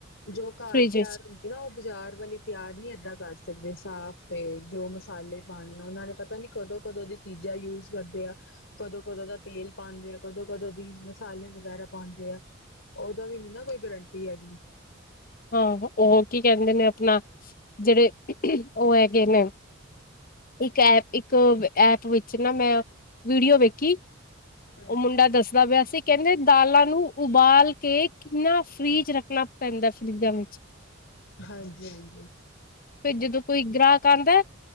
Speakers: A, on the left; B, on the left.
A: ਜੋ ਘਰ
B: ਫਰਿਜ
A: ਤਿਆਰ
B: ਵਿੱਚ
A: ਹੁੰਦੀ ਨਾ ਉਹ ਬਾਜ਼ਾਰ ਵਾਲੀ ਤਿਆਰ ਨਹੀਂ ਏਦਾਂ ਕਰ ਸਕਦੇ ਸਾਫ਼ ਤੇ ਜੋ ਮਸਾਲੇ ਪਾਣੇ ਉਹਨਾਂ ਨੇ ਪਤਾ ਨੀ ਕਦੋਂ-ਕਦੋਂ ਦੀ ਚੀਜ਼ਾਂ ਯੂਜ ਕਰਦੇ ਆ, ਕਦੋਂ-ਕਦੋਂ ਦਾ ਤੇਲ ਪਾਉਂਦੇ, ਕਦੋਂ-ਕਦੋਂ ਦੀ ਮਸਾਲੇ ਵਗੈਰਾ ਪਾਉਂਦੇ ਆ, ਉਹਦਾ ਵੀ ਨੀ ਨਾ ਕੋਈ ਗਰੰਟੀ ਹੈਗੀ।
B: ਹਾਂ ਉਹ ਕੀ ਕਹਿੰਦੇ ਨੇ ਆਪਣਾ ਜਿਹੜੇ ਉਹ ਹੈਗੇ ਨੇ ਇੱਕ ਐ ਇੱਕ ਐਪ ਵਿੱਚ ਨਾ ਮੈਂ ਵੀਡੀਓ ਵੇਖੀ
A: ਹਾਂਜੀ।
B: ਉਹ ਮੁੰਡਾ ਦੱਸਦਾ ਪਿਆ ਸੀ ਕਹਿੰਦੇ ਦਾਲਾਂ ਨੂੰ ਉਬਾਲ ਕੇ ਕਿੰਨਾ ਫ੍ਰੀਜ਼ ਰੱਖਣਾ ਪੈਂਦਾ ਫਰਿਜਾਂ ਵਿੱਚ
A: ਹਾਂਜੀ-ਹਾਂਜੀ।
B: ਫਿਰ ਜਦੋਂ ਕੋਈ ਗ੍ਰਾਹਕ ਆਉਂਦਾ